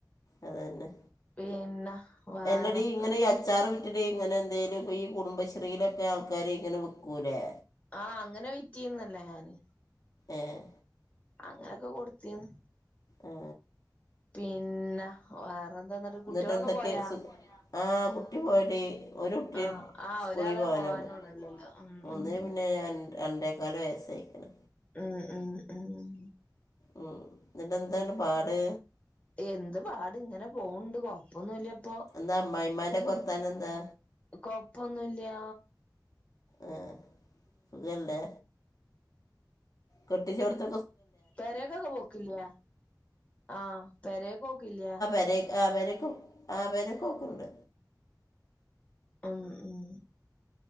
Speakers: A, on the left (about 55°); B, on the left (about 15°).
A: അതന്നെ
B: പിന്നെ വേറെന്താ
A: എല്ലടി ഇങ്ങനെ എ അച്ചാറ് വിറ്റിട്ട് ഇങ്ങനെ എന്തേലും ഈ കുടുംബശ്രീയിലൊക്കെ ആൾക്കാര് ഇങ്ങനെ വിക്കൂലേ
B: ആ അങ്ങനെ വിറ്റീര്ന്നല്ലേ ഞാന്
A: ഏഹ്
B: അങ്ങനോക്കെ കൊടുത്തീന്ന്
A: ആ ആ
B: പിന്നെ വേറെന്താന്നട്ട്
A: എന്നിട്ട്
B: കുട്ട്യാളൊക്കെ
A: എന്തൊക്കെ
B: പോയാ
A: സു ആ കുട്ടി പോയടീ ഒരു കുട്ടി
B: ആഹ് ആഹ്
A: സ്കൂളി
B: ഒരാളെ
A: പോവല്ണ്ട്
B: പോവാനുള്ളൂല്ലല്ലോ ഉം
A: ഒന്ന്ന്
B: ഉം
A: പിന്നെ ഞൻ രണ്ടേക്കാല് വയസായിക്ക്ണ്
B: ഉം ഉം ഉം
A: ഉം ന്നട്ടന്താണ് പാട്
B: എന്ത് പാട് ങ്ങനെ പോവ്ണ്ട് കൊയപ്പൊന്നുല്ല പ്പൊ
A: എന്താ അമ്മായിമാരെ കുറത്താൻ എന്താ
B: കൊയപ്പൊന്നുല്ല്യ
A: ആ സുഖല്ലേ കെട്ടിച്ചോട്ത്ത്
B: പെരെക്കൊക്കെ പോക്കില്ല്യെ ആ പെരെ പോക്കില്ല്യെ
A: പെരെക്ക് ആ പേരെക്കൊവും ആ പെരെക്കൊക്കുണ്ട്
B: ഉം ഉം